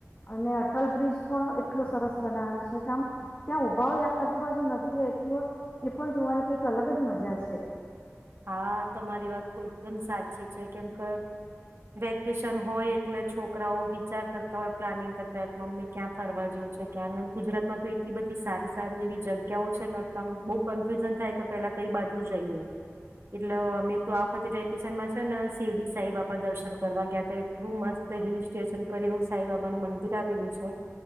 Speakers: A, on the left (about 35°); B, on the right (about 55°).
A: અને અટલ બ્રિજ પણ એટલો સરસ બનાવ્યો છે કેમ ત્યાં ઉભા હોય આજુબાજુ નદી વેહતી હોય એ પણ જોવાની કઈક અલગ જ મજા છે.
B: હા તમારી વાત એકદમ સાચી છે કેમ કે વેકેશન હોય એટલે છોકરાઓ વિચાર કરતા હોય પ્લાનિંગ કરતા હોય કે મમ્મી ક્યાં ફરવા જવ છે ક્યાં ગુજરાતમાં તો એટલી બધી સારી સારી એવી જગ્યાઓ છે નામ બો કન્ફ્યુઝન થાય કે પેલા કઈ બાજુ જઈએ. એટલે અમે તો આ વખતે વેકેશનમાં છે ને શેરડી સાઈ બાબા દર્શન કરવા ગયા હતા એટલું મસ્ત હિલ સ્ટેશન પર એવું સાઈ બાબા નુ મંદિર આવેલું છે